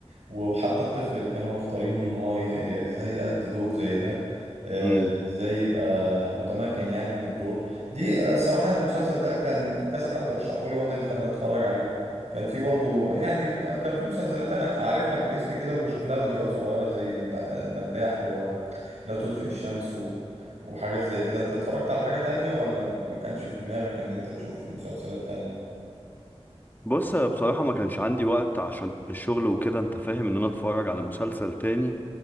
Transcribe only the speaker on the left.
مم.
بص بصراحة ما كانش عندي وقت عشان الشغل وكده انت فاهم ان انا اتفرج على مسلسل تاني